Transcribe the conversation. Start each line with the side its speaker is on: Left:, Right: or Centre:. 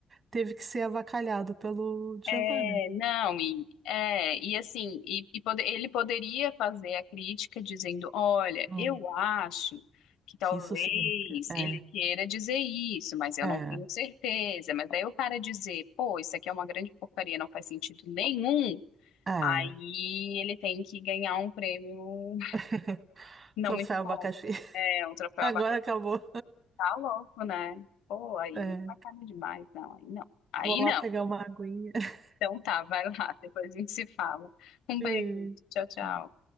Right: teve que ser avacalhado pelo Djavan,
Left: É,
Right: né?
Left: não, e, é, e assim, e, e pode- ele poderia fazer a crítica dizendo, olha,
Right: Hum,
Left: eu acho que talvez
Right: que isso significa. É,
Left: ele queira dizer isso, mas eu
Right: é,
Left: não tenho certeza. Mas daí o cara dizer, pô, isso aqui é uma grande porcaria, não faz sentido nenhum.
Right: é.
Left: Aí ele tem que ganhar um prêmio
Right: <laughs>
Left: não
Right: Troféu
Left: muito bom.
Right: abacaxi. <laughs>
Left: É, um troféu
Right: Agora
Left: abacaxi
Right: acabou.
Left: tá louco, né? Pô, aí
Right: É,
Left: sacana demais. Não, aí não. Aí
Right: vou lá
Left: não.
Right: pegar uma aguinha. <laughs>
Left: Então tá, vai lá, <laughs> depois a gente se fala. Um
Right: Beijo.
Left: beijo. Tchau, tchau.
Right: tchau.